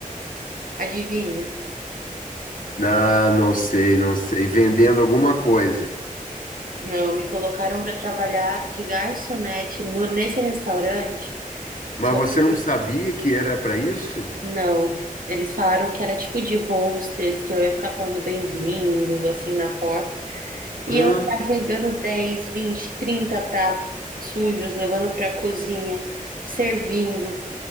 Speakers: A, on the right (about 75°); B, on the left (about 65°).
A: Adivinha?
B: Ah, não sei, não sei. Vendendo alguma coisa.
A: Não, me colocaram para trabalhar de garçonete no- nesse restaurante.
B: Mas
A: Só
B: você não
A: que
B: sabia que era para isso?
A: não. Eles falaram que era tipo de hostess, que eu ia ficar falando bem-vindo, assim, na porta. E
B: Hã?
A: eu carregando 10, 20, 30 pratos sujos, levando para a cozinha, servindo,